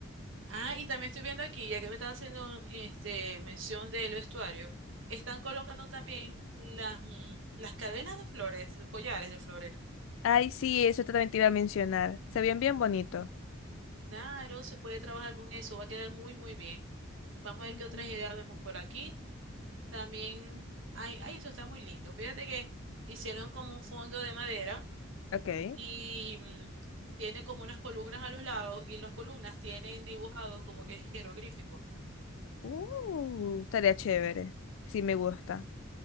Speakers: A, on the right; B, on the left.
A: Ah, y también estoy viendo aquí, ya que me estás haciendo este mención del vestuario, están colocando también las mm, las cadenas de flores, los collares de flores.
B: Ay, sí, eso también te iba a mencionar. Se ven bien bonito.
A: Claro, se puede trabajar con eso, va a quedar muy, muy bien. Vamos a
B: Ujú.
A: ver qué otras ideas vemos por aquí. También, ay, ay, eso está muy lindo. Fíjate que hicieron como un fondo de madera
B: Ok.
A: y mm, tiene como unas columnas a los lados y las columnas tienen dibujados como que jeroglíficos.
B: Uh, estaría chévere. Sí, me gusta.